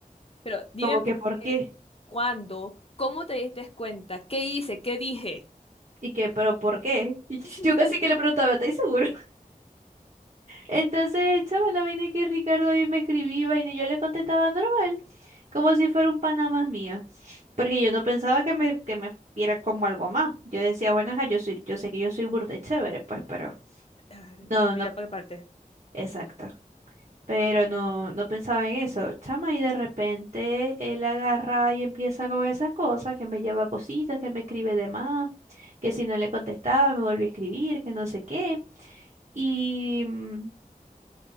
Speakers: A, on the left; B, on the right.
A: Pero dime
B: como
A: por
B: que, ¿por
A: qué,
B: qué?
A: cuándo, cómo te diste cuenta, qué hice, qué dije.
B: Y que, ¿pero por qué? <laughs> Y
A: <laughs>
B: yo casi que le preguntaba, ¿estáis seguro? <laughs> Entonces, chaval, la vaina que Ricardo hoy me escribía, vaina, y yo le contestaba normal, como si fuera un pana más mío. Porque yo no pensaba que me, que me viera como algo más. Yo decía, bueno, ajá, yo soy, yo sé que yo soy burda y chévere, pues, pero
A: Ah,
B: no,
A: Lo mira
B: no,
A: por parte.
B: exacto. Pero no, no pensaba en eso, chama, y de repente él agarra y empieza con esas cosas, que me lleva cositas, que me escribe de más, que si no le contestaba me vuelve a escribir, que no sé qué. Y mm,